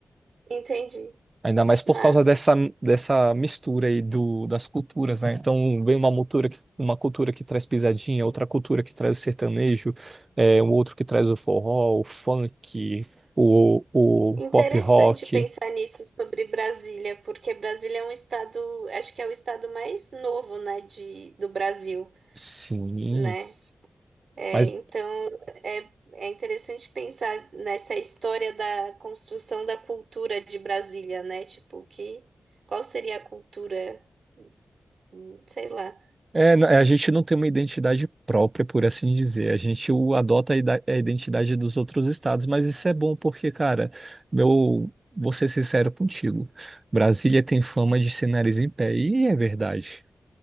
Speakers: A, on the right (about 75°); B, on the right (about 40°).
A: entendi.
B: Ainda mais por
A: Massa.
B: causa dessa dessa mistura aí do das culturas, né? Então vem uma cultura que, uma cultura que traz pisadinha, outra cultura que traz o sertanejo, é, um outro que traz o forró, o funk, o, o
A: Interessante
B: pop rock.
A: pensar nisso sobre Brasília, porque Brasília é um estado, acho que é o estado mais novo, né, de, do Brasil,
B: Sim.
A: né? É,
B: Mas
A: então, é, é interessante pensar nessa história da construção da cultura de Brasília, né? Tipo, que, qual seria a cultura? hum, sei lá.
B: É, n- é, a gente não tem uma identidade própria, por assim dizer. A gente o- adota a ida- a identidade dos outros estados, mas isso é bom porque, cara, meu, vou ser sincero contigo. Brasília tem fama de ser nariz em pé, e é verdade.